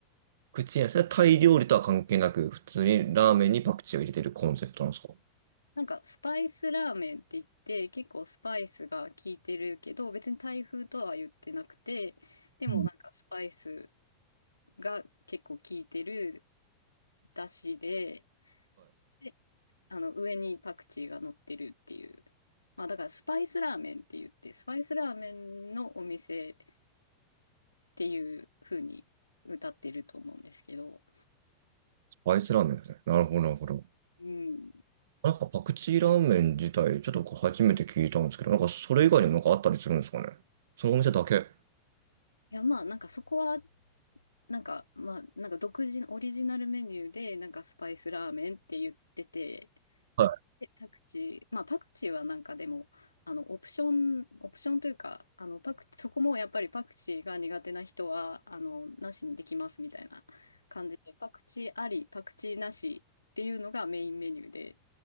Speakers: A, on the right; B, on the left.
A: 口に、それはタイ料理とは関係なく、普通にラーメンにパクチーを入れてるコンセプトなんですか
B: なんかスパイスラーメンって言って、結構スパイスが効いてるけど、別に台風とは言ってなくて、でもなんかスパイス
A: うん
B: が結構効いてる、だしで、で、あの、上にパクチーが乗ってるっていう。まあ、だからスパイスラーメンって言って、スパイスラーメンのお店っていう風に歌ってると思うんですけど、
A: アイスラーメンですね。なるほど、なるほど。
B: うん。い
A: なんかパクチーラーメン自体、ちょっとこう初めて聞いたんですけど、なんかそれ以外にもなんかあったりするんですかね。そのお店だけ。
B: や、まあ、なんかそこは、なんか、まあ、なんか独自のオリジナルメニューで、なんかスパイスラーメンって言ってて、
A: はい。
B: で、パクチー、まあパクチーはなんかでも、あの、オプション、オプションというか、あの、パク、そこもやっぱりパクチーが苦手な人は、あの、なしにできますみたいな感じで、パクチーあり、パクチーなしっていうのがメインメニューで、